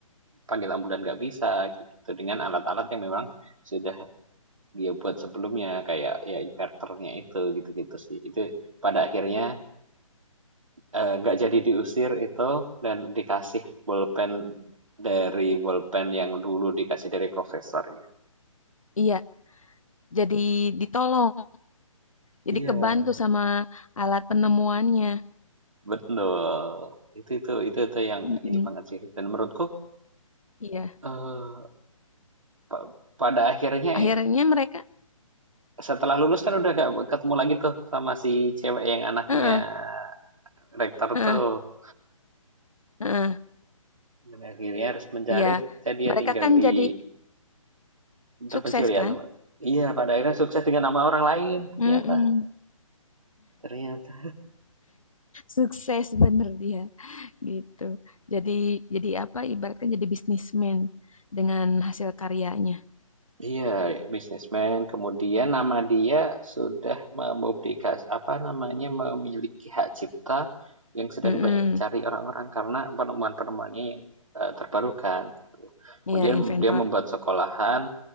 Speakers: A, on the right (about 65°); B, on the left (about 70°).
A: panggil ambulan nggak bisa, gitu, dengan alat-alat yang memang sudah dia buat sebelumnya, kayak ya inverternya itu, gitu-gitu sih. Itu pada akhirnya, eee, nggak jadi diusir itu dan dikasih bolpen dari bolpen yang dulu dikasih dari profesornya.
B: Iya jadi ditolong, jadi
A: Iya.
B: kebantu sama alat penemuannya.
A: Betul. Itu itu itu itu yang
B: mm
A: ini banget sih. Dan menurutku
B: Iya,
A: eh, pa- pada akhirnya
B: akhirnya mereka,
A: setelah lulus kan udah gak ketemu lagi tuh sama si cewek yang anaknya
B: heeh,
A: rektor
B: heeh,
A: tuh.
B: heeh,
A: Dan akhirnya harus mencari
B: iya,
A: ternyata dia
B: mereka
A: tinggal
B: kan
A: di
B: jadi sukses
A: terpencil ya
B: kan?
A: teman. Iya, pada akhirnya sukses dengan nama orang lain ternyata.
B: Mm-mm,
A: Ternyata.
B: Sukses bener dia, gitu. Jadi, jadi apa? Ibaratkan jadi bisnismen dengan hasil karyanya.
A: Iya, bisnismen. Kemudian nama dia sudah mempublikas apa namanya, memiliki hak cipta yang sedang
B: Mm-mm,
A: banyak dicari orang-orang karena penemuan-penemuannya yang eh, terbarukan. gitu. Kemudian
B: Iya, inventor.
A: dia membuat sekolahan